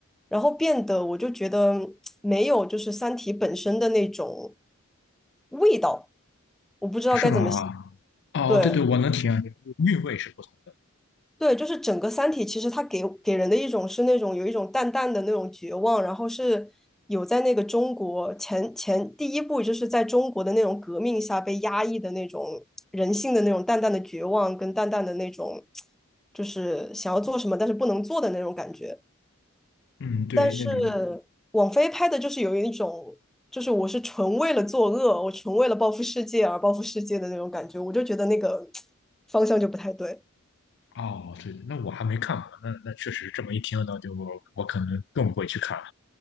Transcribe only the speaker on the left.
的，是吗？哦，
对对，我能体验，韵味是不同的。
嗯，对，
那种。
哦，对，那我还没看过，那那确实这么一听呢，就我我可能更不会去看了。